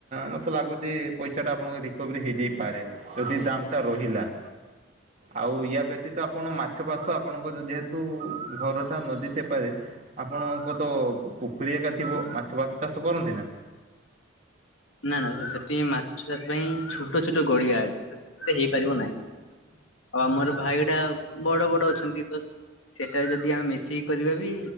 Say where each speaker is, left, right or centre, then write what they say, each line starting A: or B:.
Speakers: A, on the right; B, on the left.
A: ମୋତେ ଲାଗୁଛି ପଇସାଟା ଆପଣଙ୍କ ରିକଭରି ହେଇଯାଇପାରେ। ଯଦି ଦାମ୍ ଟା ରହିଲା। ଆଉ ୟା ବ୍ୟତୀତ ଆପଣ ମାଛ ପାସ ଆପଣଙ୍କ ଯେହେତୁ ଘରଟା ନଦୀ ସେପାରେ ଆପଣଙ୍କ ତ ପୋଖରୀ ଏକା ଥିବ ମାଛ ବାଛ ଚାଷ କରନ୍ତି ନା?
B: ନା ନା ସେଠି ମାଛ ଚାଷ ପାଇଁ ଛୋଟ ଛୋଟ ଗଡିଆ ଅଛି। ସେତ ହେଇପାରିବ ନାହିଁ ଆଉ ଆମର ଭାଇଡ଼ା ବଡ ବଡ ଅଛନ୍ତି ତ ସେଟା ଯଦି ଆମେ ମିଶିକି କରିବା ବି